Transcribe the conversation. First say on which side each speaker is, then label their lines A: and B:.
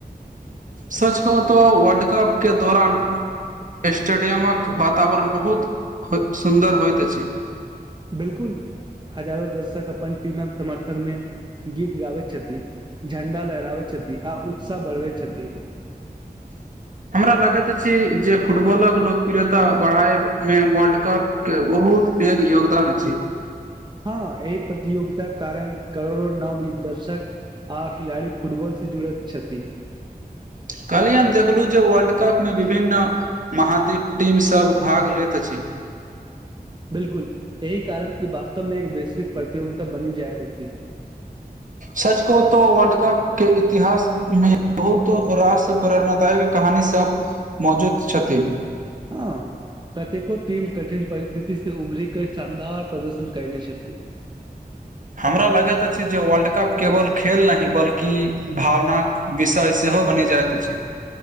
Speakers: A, on the right; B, on the right.
A: सच कहूं तो वर्ल्ड कप के दौरान स्टेडियमक वातावरण बहुत सुन्दर होइत अछि।
B: बिलकुल हजारों दर्शक अपन टीमक समर्थनमे गीत गाबैत तिथि, झंडा लहराबैत छथि आ उत्साह बढ़बैत छथि।
A: <inaudible> हमरा लागैत अछि जे फुटबॉलक लोकप्रियता बढ़ायबमे वर्ल्ड कप के बहुत बहुत पैघ योगदान अछि।
B: हँ एहि प्रतियोगिताक कारण करोड़ो नव दर्शक आ खिलाड़ी फुटबॉल से जुड़ैत छथि।
A: कलही हम देखलु जे वर्ल्ड कप मे विभिन्न महाद्वीप टीमसभ भाग लैत अछि। <inaudible>
B: बिलकुल एहि कारण ई वास्तवमे एक वैश्विक प्रतियोगिता बनि जाइत अछि।
A: सच कहों तो वर्ल्ड कप के इतिहासमे बहुतो रास प्रेरणादायक कहानी सब मौजूद छथि।
B: हँ कतेको टीम कठिन परिस्थिति से उबरी कऽ शानदार प्रदर्शन कयने छथि।
A: हमरा लगैत अछि जे वर्ल्ड कप केवल खेल नहि बल्कि भावनाक विषय सेहो बनि जाइत अछि।